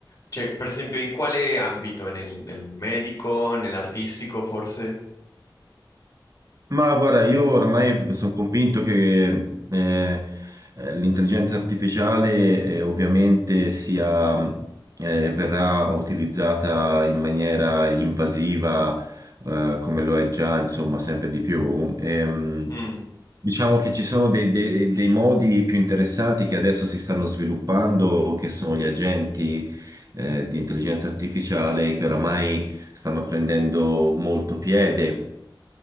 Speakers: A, on the left; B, on the right.
A: Cioè, per esempio, in quale ambito? Nel, nel medico, nell'artistico, forse?
B: Ma guarda, io ormai sono convinto che eh, eh, l'intelligenza artificiale eh, ovviamente sia, eh, verrà utilizzata in maniera invasiva, eh, come lo è già, insomma, sempre di più. Ehm,
A: Mm.
B: diciamo che ci sono dei, dei- dei modi più interessanti che adesso si stanno sviluppando, che sono gli agenti, eh, di intelligenza artificiale che oramai stanno prendendo molto piede.